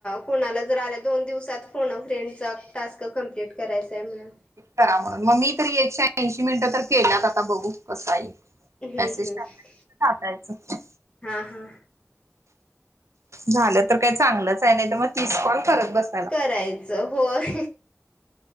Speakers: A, on the left; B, on the right.
A: कोणाला जर आल्या दोन दिवसात फोन अ फ्रेंडचा टास्क कंप्लीट करायचाय म्हणून.
B: करा म्हणून. मग मी तरी एकशे ऐंशी मिनिटं तर केल्यात, आता बघू कस हाय.
A: हम्म
B: मेसेज
A: हम्म
B: टाकायचं तसं टाकायचं.
A: हा हा
B: झालं तर काही चांगलंच हाय, नाहीतर मग तीस कॉल करत बस
A: करायचं होय.